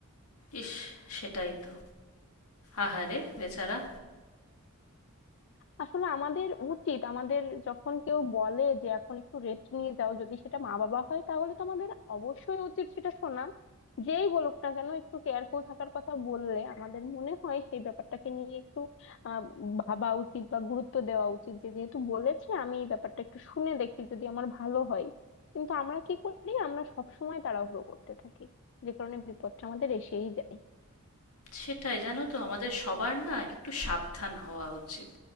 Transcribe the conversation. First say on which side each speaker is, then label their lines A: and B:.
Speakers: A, on the left (about 80°); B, on the left (about 55°).
A: ইস সেটাই তো আহারে বেচারা
B: আসলে আমাদের উচিত আমাদের যখন কেউ বলে যে এখন একটু রেস্ট নিয়ে যাও যদি সেটা মা বাবা হয় তাহলে তো আমাদের অবশ্যই উচিত সেটা শোনা যেই বলুক না কেন একটু কেয়ারফুল থাকার কথা বললে আমাদের মনে হয় সেই ব্যাপারটাকে নিয়ে একটু আহ ভাবা উচিত বা গুরুত্ব দেওয়া উচিত যে যেহেতু বলেছে আমি এই ব্যাপারটা একটু শুনে দেখি যদি আমার ভালো হয় কিন্তু আমরা কি করি আমরা সব সময় তাড়াহুড়ো করতে থাকি যে কারণে বিপদটা আমাদের এসেই যায়
A: সেটাই জানো তো আমাদের সবার না একটু সাবধান হওয়া উচিত